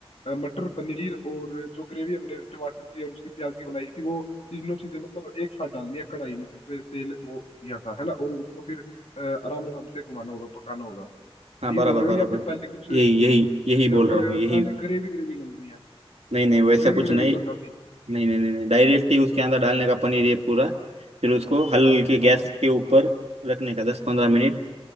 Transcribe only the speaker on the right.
हाँ
बराबर
बराबर
यही यही यही
बोल
रहा हूँ यही
नहीं नहीं वैसा
कुछ
नहीं
नहीं नहीं नहीं, नहीं डायरेक्टली उसके अंदर डालने का पनीर ये पूरा फिर उसको हल्के गैस
के ऊपर रखने का दस पंद्रह मिनट